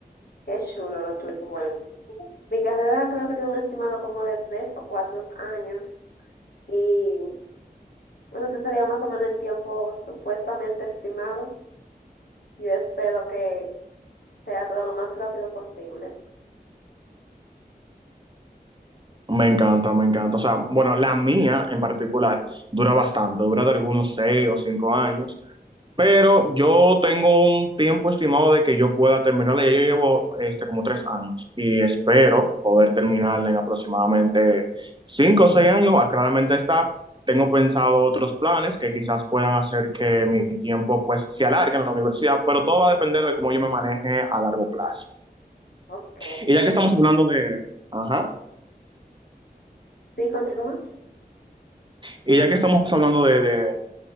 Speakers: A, on the left; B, on the right.
A: Qué chulo lo tuyo. Bueno, mi carrera creo que tiene un estimado como de tres o cuatro años. Y bueno, ese sería más o menos el tiempo supuestamente estimado. Yo espero que sea todo lo más rápido posible.
B: Me encanta, me encanta. O sea, bueno, la mía en particular dura bastante, dura de algunos seis o cinco años. Pero yo tengo un tiempo estimado de que yo pueda terminarla. Ya yo llevo este, como tres años y espero poder terminarla en aproximadamente cinco o seis años. Ah, Claramente está. Tengo pensado otros planes que quizás puedan hacer que mi tiempo pues se alargue en la universidad, pero todo va a depender de cómo yo me maneje a largo plazo.
A: Ok.
B: Y ya que estamos hablando de... Ajá.
A: Sí, continúa.
B: Y ya que estamos hablando de, de, de,